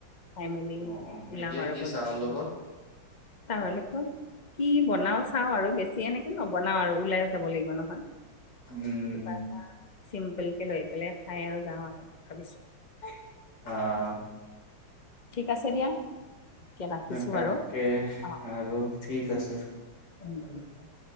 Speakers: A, on the left; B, on the left.
A: খাই মেলি
B: অ অ
A: ওলাও
B: এতিয়া
A: আৰু
B: কি
A: বজাৰৰ
B: চাহৰ
A: পৰা
B: লগত
A: কি বনাও চাও আৰু বেছিয়ে এনেকে নবনাও আৰু ওলাইও যাব লাগিব নহয়।
B: উম
A: কিবা এটা চিম্পুল কে লৈ পেলাই খাই আৰু যাওঁ আৰু ভাবিছো।
B: <unintelligible> অ।
A: ঠিক আছে দিয়া। এতিয়া ৰাখিছো
B: অ তাকে
A: বাৰু অ
B: আৰু ঠিক আছে।
A: <unintelligible>